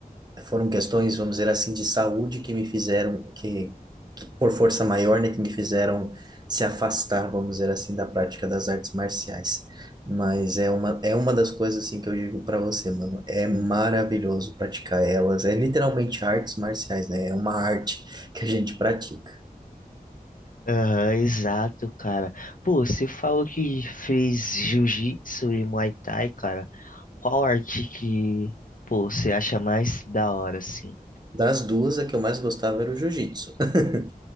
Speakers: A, on the right; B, on the left.
A: foram questões, vamos dizer assim, de saúde que me fizeram, que, que por força maior, né, que me fizeram se afastar, vamos dizer assim, da prática das artes marciais. Mas é uma, é uma das coisas, assim, que eu digo para você, mano, é maravilhoso praticar elas, é literalmente artes marciais, né, é uma arte que a gente pratica.
B: Aham, exato, cara. Pô, você falou que fez jiu-jitsu e muay thai, cara. Qual arte que, pô, você acha mais da hora, assim?
A: Das duas, a que eu mais gostava era o jiu-jitsu. <laughs>